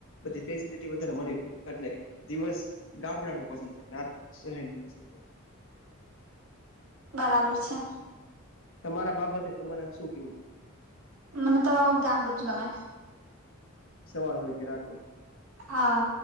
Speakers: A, on the left; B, on the right.
A: બધી ફેસિલટી વધારે મળી રેય એટલે દિવસ ગામડાનું પસંદ છે રાત સહેરની પસંદ છે.
B: બરાબર છે.
A: તમારા બાબતે તમારે શું કેવું.
B: મને તો ગામામડું જ ગમે.
A: સવાર હોય કે રાત હોય.
B: હા.